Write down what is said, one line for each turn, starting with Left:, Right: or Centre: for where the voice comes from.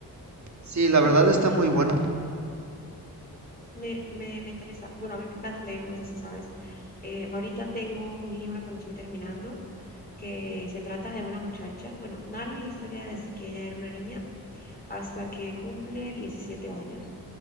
Right: Sí, la
Left: Yo,
Right: verdad
Left: yo
Right: está
Left: ahorita
Right: muy bueno.
Left: me, me, me interesa, bueno, a mí me encanta leer, no sé si sabes. Eh, ahorita tengo un libro que me estoy terminando que se trata de una muchacha, bueno, narra la historia desde que ella era una niña hasta que cumple 17 años.